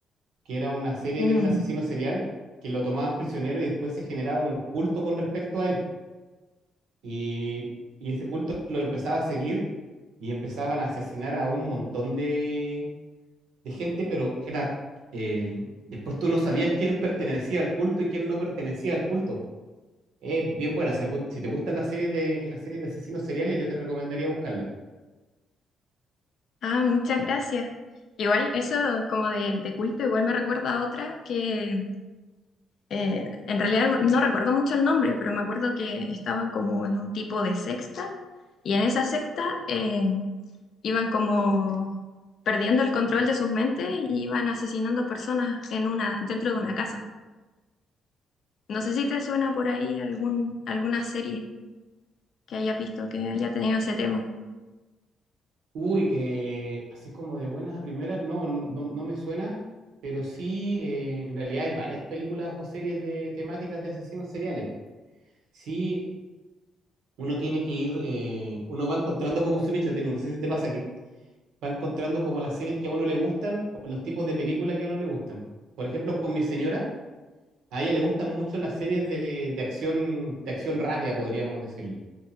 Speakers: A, on the right (about 85°); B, on the left (about 60°).
A: que era una serie
B: Mm.
A: de un asesino serial que lo tomaban prisionero y después se generaba un culto con respecto a él. Y, y ese culto lo empezaba a seguir y empezaban a asesinar a un montón de, de gente, pero era el- después tú no sabías quién pertenecía al culto y quién no pertenecía al culto. Es bien buena. Si, algún, si te gustan las series de, las series de asesinos seriales, yo te recomendaría buscarla.
B: Ah, muchas gracias. Igual eso como de, de culto, igual me recuerda a otra que eh, en realidad no recuerdo mucho el nombre, pero me acuerdo que estaban como en un tipo de secta y en esa secta eh, iban como perdiendo el control de sus mentes y iban asesinando personas en una, dentro de una casa. No sé si te suena por ahí algún, alguna serie que hayas visto que haya tenido ese tema.
A: Uy, eh, así como de buenas a primeras, no, no, no- no me suena, pero sí, eh, en realidad hay varias películas o series de temáticas de asesinos seriales. Sí, uno tiene que ir, eh, uno va encontrando como su nicho, te- no sé si te pasa, que va encontrando como las series que a uno le gustan o los tipos de películas que a uno le gustan. Por ejemplo, con mi señora, a ella le gustan mucho las series de, de acción, de acción rápida, podríamos decirle,